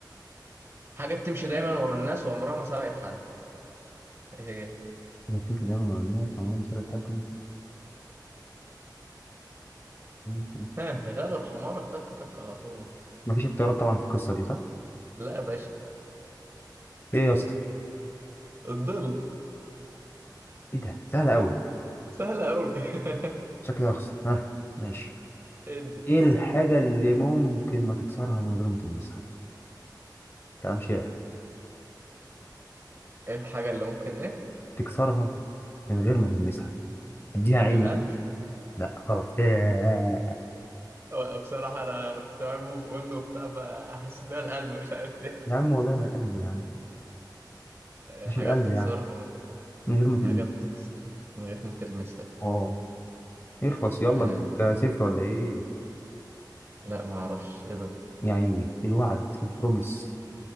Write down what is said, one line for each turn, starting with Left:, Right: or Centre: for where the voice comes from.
Right: حاجه بتمشي دايما ورا الناس وعمرها ما سبقت حد إيه هي
Left: إذا كنت دايما مع الناس، أمرها مسألة حد. <laughs>
Right: ها غلب حمارك تك تك على طول
Left: مفيش اختيارات طبعا في القصة دي صح؟
Right: لا يا باشا
Left: ايه يا اسطى؟
Right: الظل
Left: ايه ده؟ سهلة أوي
Right: سهله قوي <laughs>
Left: شكلي هخسر ها ماشي
Right: ادي
Left: ايه الحاجة اللي ممكن ما تكسرها من غير ما تلمسها؟ كلام شعر
Right: ايه الحاجة اللي ممكن ايه
Left: تكسرها من غير ما تلمسها اديها عين
Right: القلب
Left: مثلا لا غلط <laughs> إيه.
Right: هو أنا بصراحة انا كنت عامل موف اون وبتاع فحاسس انها القلب مش عارف ليه
Left: يا عم والله ما القلب يا عم
Right: آه،
Left: مش
Right: حاجة
Left: القلب
Right: بتكسرها
Left: يا عم من غير ما
Right: حاجة
Left: تلمسها
Right: بتكسر من غير ما تلمسها
Left: اه اخلص يلا
Right: آه
Left: اديك صفر ولا ايه؟
Right: لا ما اعرفش ايه ده
Left: يا عيني الوعد البروميس